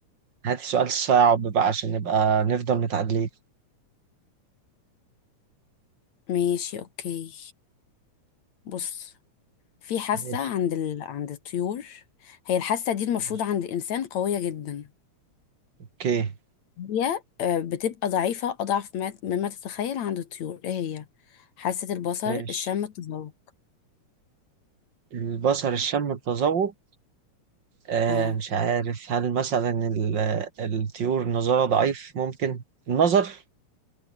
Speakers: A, on the right; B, on the left.
A: هاتي سؤال صعب بقى عشان نبقى نفضل متعادلين
B: ماشي اوكي بص في حاسة
A: ماشي
B: عند ال... عند الطيور هي الحاسة دي المفروض
A: ماشي
B: عند الإنسان قوية جدا
A: اوكي
B: هي آه، بتبقى ضعيفة أضعف ما- مما تتخيل عند الطيور إيه هي حاسة البصر
A: ماشي
B: الشم التذوق
A: البصر الشم التذوق آه
B: اه
A: مش عارف هل مثلا ال- الطيور النظارة ضعيف ممكن النظر